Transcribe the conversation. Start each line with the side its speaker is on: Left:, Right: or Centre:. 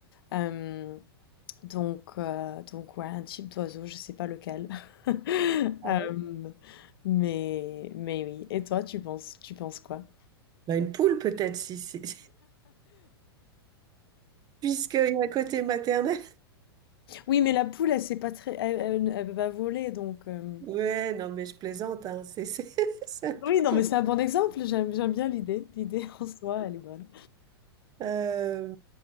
Left: Euh, donc, euh, donc, ouais, un type d'oiseau, je sais pas lequel. <laughs>
Right: Ouais.
Left: Euh, mais, mais oui. Et toi, tu penses, tu penses quoi?
Right: Bah une poule peut-être, si, si, <laughs> puisqu'il y a un côté maternel.
Left: Oui, mais la poule, elle sait pas très, elle, elle- elle peut pas voler, donc. euh,
Right: Ouais, non, mais je plaisante, hein. C'est c'est- <laughs> c'est un
Left: Oui,
Right: peu
Left: non,
Right: bon.
Left: mais c'est un bon exemple. J'aime, j'aime bien l'idée. L'idée <laughs> en soi, elle est bonne.
Right: Euh,